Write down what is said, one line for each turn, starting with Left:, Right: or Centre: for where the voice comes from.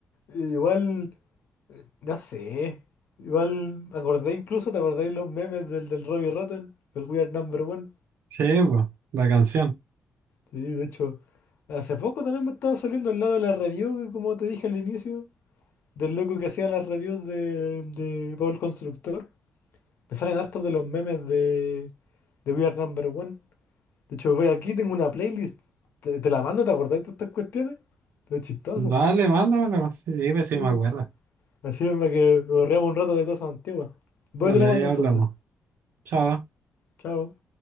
Left: y Igual. No sé. Igual, acordé incluso, ¿te acordáis los memes del, del Robbie Rotten? El We Are Number One.
Right: Sí, po, la canción.
Left: Sí, de hecho, hace poco también me estaba saliendo al lado de la review, que como te dije al inicio, del loco que hacía las reviews de, de Paul Constructor. Me salen hartos de los memes de, de We Are Number One. De hecho, voy aquí, tengo una playlist. Te, te la mando, ¿te acordáis de estas cuestiones? Es chistoso.
Right: Dale, mándamela. Sí, pues sí
Left: Sí,
Right: me
Left: pues.
Right: acuerdo.
Left: Así es para que nos reamos un rato de cosas antiguas. Voy
Right: Dale,
Left: y te lo mando
Right: ahí hablamos.
Left: entonces.
Right: Chao.
Left: Chao.